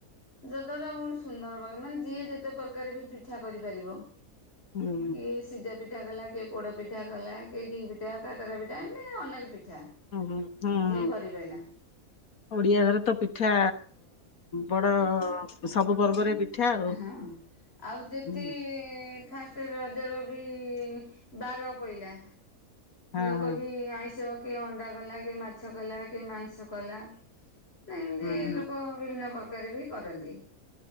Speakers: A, on the left; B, on the left.
A: ଯଦ୍ଵାରା ବହୁ ସୁନ୍ଦର ପାଗ ମାନେ ଯିଏ ଯେତେ ପ୍ରକାର ବି ପିଠା କରିପାରିବ।
B: ହୁଁ
A: କିଏ ସିଝାପିଠା କଲା କିଏ ପୋଡପିଠା କଲା। ଇଟିଲିପିଠା, କାକରାପିଠା ଏମତି ଅନେକ ପିଠା।
B: ଉଁହୁଁ ହୁଁ
A: ଯିଏ
B: ହୁଁ।
A: କରିପାରିଲା
B: ଓଡିଆ ଘରେ ତ ପିଠା ବଡ ସବୁ ପର୍ବରେ ପିଠା। ଆଉ
A: ହଁ ଆଉ ଯେତି
B: ହୁଁ
A: ଫାଷ୍ଟ ରଜର ବି ବାର ପଇଲା
B: ହଁ
A: ଲୋକ
B: ହଁ
A: ବି ଆଇଁଷ କିଏ ଅଣ୍ଡା କଲା କିଏ ମାଛ କଲା କିଏ ମାଂସ କଲା। ନାହିଁ ସେମିତି
B: ହଁ ହଁ
A: ଲୋକ ବିଭିନ୍ନ ପ୍ରକାର ବି କରନ୍ତି।